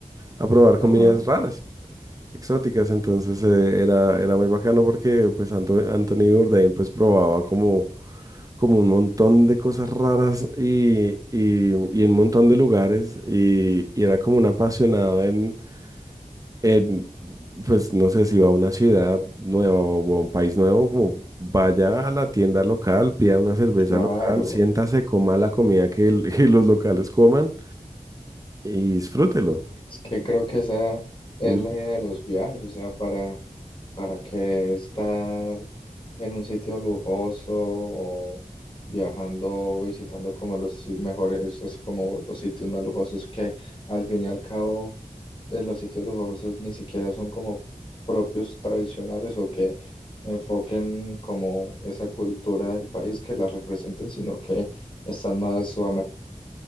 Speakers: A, on the right; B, on the left.
A: a probar
B: Ajá,
A: comidas raras, exóticas, entonces eh, era, era muy bacano porque pues Anto- Anthony Bourdain pues probaba como como un montón de cosas raras y, y, y en un montón de lugares y, y era como un apasionado en, en, pues no sé si va a una ciudad nueva o a un país nuevo, como vaya a la tienda local, pida una cerveza
B: claro.
A: local, siéntase, coma la comida que, el- <laughs> que los locales coman y disfrútelo.
B: Es que creo que esa es
A: Mm.
B: la idea de los viajes, o sea, para, ¿Para qué estar en un sitio lujoso o viajando, visitando como los si- mejores, así como los sitios más lujosos que al fin y al cabo eh, los sitios lujosos ni siquiera son como propios tradicionales o que enfoquen como esa cultura del país que la representen, sino que están más o